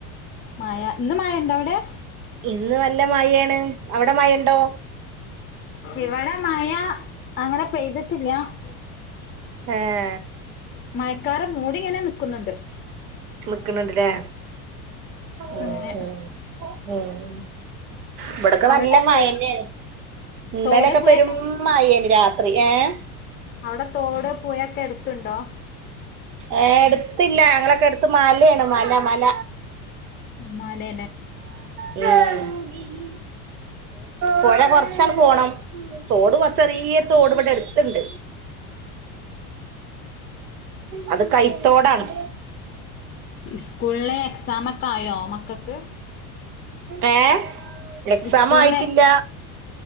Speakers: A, on the left; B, on the right.
A: മയ ഇന്ന് മയണ്ടവടെ
B: ഇന്ന് നല്ല മഴേണ് അവിടെ മഴ ഇണ്ടോ
A: ഇവിടെ മഴ അങ്ങനെ പെയ്തിട്ടില്ല <unintelligible>
B: ആഹ്
A: മയക്കാറ് മൂടിങ്ങനെ നിക്കുന്നുണ്ട്
B: നിക്ക്ണ്ണ്ട് ലെ ഉം
A: അങ്ങനെ
B: ഉം ഉം ഇവിടൊക്കെ
A: അവിടെ
B: നല്ല മയന്നാണ്
A: തോ
B: ഇന്നലൊക്കെ
A: തോട് പുഴയൊക്കെ
B: പെരും മയെന്നെ രാത്രി ഏഹ്
A: അവിടെ തോട് പുയൊക്കെ എടുത്തുണ്ടോ
B: ഏഹ് എടുത്തില്ല ഞങ്ങളൊക്കെ എടുത്ത് മലയാണ് മല മല
A: മലേലെ
B: ഉം പൊഴ കൊറച്ചാണ്ട് പോണം തോട് ചെറിയ തോട്പടെ എടുത്തണ്ട്
A: <inaudible>
B: അത് കൈത്തോടാണ്
A: ഇസ്കൂളിലെ എക്സാമൊക്കെ ആയോ മക്കൾക്ക്
B: ഏഹ് എക്സാം
A: സ്കൂളിലെ
B: ആയിട്ടില്ല